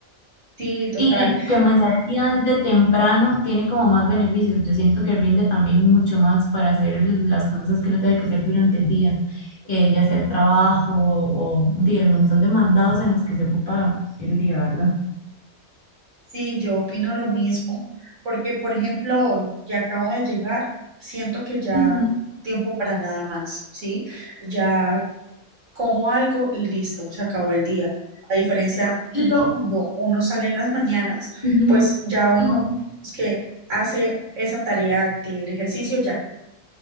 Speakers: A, on the right (about 60°); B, on the left (about 45°).
A: sí, total,
B: Y, y comenzar el día desde temprano tiene como más beneficios. Yo siento que rinde también mucho más para hacer el- las cosas que uno tiene que hacer durante el día, eh, ya sea el trabajo o, di, el montón de mandados en los que se ocupa el día, ¿verdad?
A: sí, yo opino lo mismo, porque por ejemplo, hoy que acabo de llegar, siento que ya
B: Ujú.
A: no tengo tiempo para nada más, ¿sí? Ya como algo y listo, se acabó el día. A diferencia <clears throat> mm,
B: Lo,
A: que cuando uno sale en las mañanas,
B: ujú,
A: pues ya uno,
B: ujú.
A: digamos que hace esa tarea del ejercicio, ya,